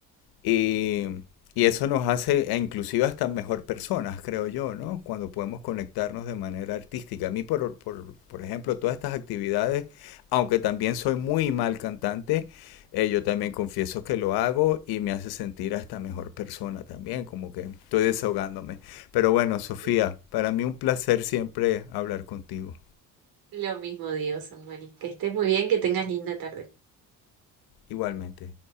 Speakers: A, on the left (about 80°); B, on the right (about 70°).
A: y, y eso nos hace e inclusive hasta mejor personas, creo yo, ¿no? Cuando podemos conectarnos de manera artística. A mí, por, por, por ejemplo, todas estas actividades, aunque también soy muy mal cantante, eh, yo también confieso que lo hago y me hace sentir hasta mejor persona también, como que estoy desahogándome. Pero bueno, Sofía,
B: Sí.
A: para mí un placer siempre hablar contigo.
B: Lo mismo digo, Samuel. Que estés muy bien, que tengas linda tarde.
A: Igualmente.